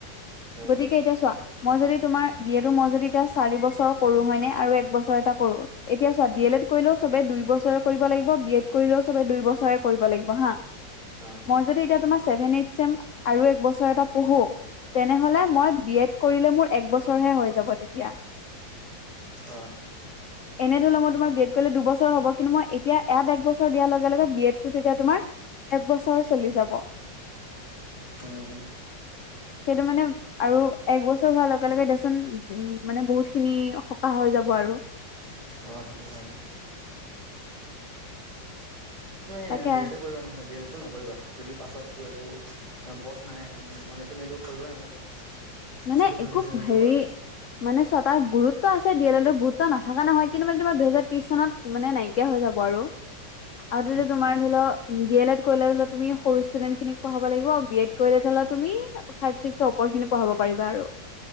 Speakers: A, on the right (about 55°); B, on the left (about 65°).
A: অ
B: গতিকে, এতিয়া চোৱা। মই যদি তোমাৰ বিয়েটো মই যদি এতিয়া চাৰি বছৰ কৰো হয় নে আৰু এক বছৰ এটা কৰোঁ। এতিয়া চোৱা ডি এল এড কৰিলেও চবে দুই বছৰে কৰিব লাগিব বি এড কৰিলেও চবে দুই বছৰে। কৰিব লাগিব হাঁ
A: অ
B: মই যদি এতিয়া তোমাৰ চেভেন এইট চেম আৰু এক বছৰ এটা পঢ়ো- তেনেহলে মই বি এড কৰিলে মোৰ এক বছৰ হে হৈ যাব তেতিয়া।
A: অঁহ।
B: এনে ধৰি ল মই তোমাৰ বি এড কৰিলে দুবছৰ হব কিন্তু মই এতিয়া এয়াত এক বছৰ দিয়াৰ লগে লগে বি এড- টো তেতিয়া তোমাৰ এক বছৰ চলি যাব।
A: উম'
B: সেইটো মানে- আৰু এক বছৰ হোৱাৰ লগে লগে দেচোন উম মানে বহুত খিনি সকাহ হৈ যাব আৰু।
A: অ‍ঁ সেইটো হয়। এ
B: তাকে
A: বি এডে কৰিবা নহ'লে ডি এ লেডটো নকৰিবা। যদি পাছত এইটো একো পথ নাই নহলে তুমি এইটো কৰিবই নালাগে।
B: মানে
A: যিটো ভাল
B: একো
A: লাগিছে সেইটো
B: হেৰি-
A: কৰা
B: মানে চোৱা তাৰ গুৰুত্ব আছে ডি এ লেডৰ গুৰুত্ব নাথাকা নহয় কিন্তু মানে তোমাৰ দুহেজাৰ ত্ৰিশ চনত- মানে নাইকিয়া হৈ যাব আৰু। আৰু তেতিয়া
A: উম
B: তোমাৰ
A: উম
B: ধৰি ল ডি এ লেড কৰিলে তুমি সৰু ষ্টুডেন্ট খিনিক পঢ়াব লাগিব আৰু বি এড- কৰিলে তুমি ফাইভ ছিক্সৰ ওপৰ খিনি পঢ়াব- পাৰিবা আৰু